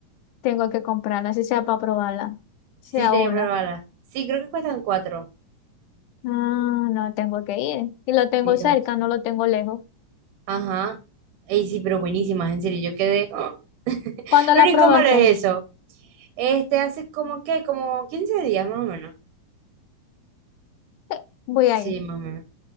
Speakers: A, on the left; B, on the right.
A: Tengo que comprarla, así sea para probarla. Sea
B: Sí, tenía
A: una.
B: que probarla. Sí, creo que cuestan cuatro.
A: Ah, no, tengo que ir. Y lo tengo
B: Dios.
A: cerca, no lo tengo lejos.
B: Ajá. Ey, sí, pero buenísimas, en serio, yo quedé. ¡Ah!
A: ¿Cuándo la
B: Lo incómodo
A: probaste?
B: es eso. Este hace como que, como 15 días más o menos.
A: <laughs> Voy a
B: Sí,
A: ir.
B: más o menos.